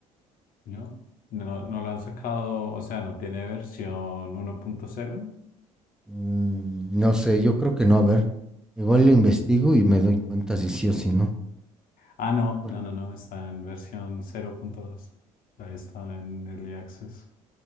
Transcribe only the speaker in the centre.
Mm, no sé, yo creo que no, a ver. Igual lo investigo y me doy cuenta si sí o si no.
Porque